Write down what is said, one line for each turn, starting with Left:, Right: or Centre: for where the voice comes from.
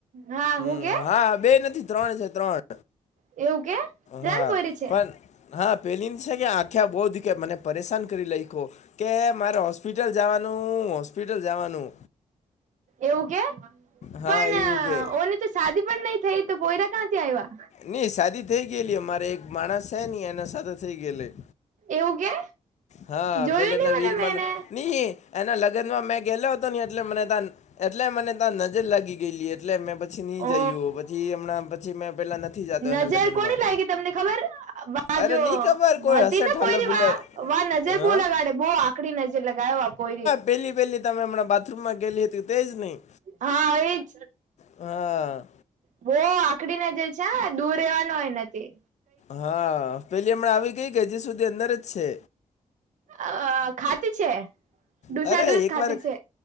Right: હા
Left: હમ્મ
Right: હું કે
Left: હા બે નથી ત્રણ છે ત્રણ.
Right: એવું કે. ત્રણ
Left: હા
Right: પોયરી છે
Left: પણ હા પેલી છે કે આખ્યા બોહ દીખે મને પરેશાન કરી લઈકો. કે મારે હોસ્પિટલ જવાનું હોસ્પિટલ જવાનું.
Right: એવું કે
Left: હા
Right: પણ
Left: એવું કે
Right: ઓ શાદી પણ નહી થઈ તો પોયરા ક્યાંથી આઈવા.
Left: નઈ સાદી થઈ ગયેલી અમારે એક માણસ છે ની એના સાદા થઈ ગયેલી.
Right: એવું કે
Left: હા
Right: જોયું
Left: પેલા
Right: નહી
Left: ના વીરમાન
Right: મને મેને
Left: ની. એના લગ્નમાં મેં ગેયેલો હતો ની એટલે મને ત્યા એટલે મને ત્યા નજર લાગી ગયેલી એટલે મે બદ પછી નહી
Right: ઓ
Left: જયું પછી એમણા પછી મેં. પેલા નથી જતો એના
Right: નજર
Left: લગ્નમાં
Right: કોની લાગી તમને ખબર વાજો
Left: અરે નહીં ખબર કોઈ
Right: હતી
Left: હશે
Right: ને
Left: ઠાલા
Right: કોઈરી
Left: ભૂલા
Right: વા. વાહ નજર
Left: હા
Right: બહુ લગાડે બોહ આકડી નજર લગાવો પોઈરી.
Left: પહેલી પહેલી તમે હમં બાથરૂમમાં ગેલી હતી તે જ નહીં.
Right: હા એજ.
Left: હા.
Right: બોહ આકડી નજર છે હા દૂર રહેવાનું હો એનાથી.
Left: હા પેલી હમણાં આવી ગઈ કે હજી સુધી અંદર જ છે.
Right: અ ખાતી છે ડૂચાડુચ
Left: અરે એકવાર
Right: ખાતી છે.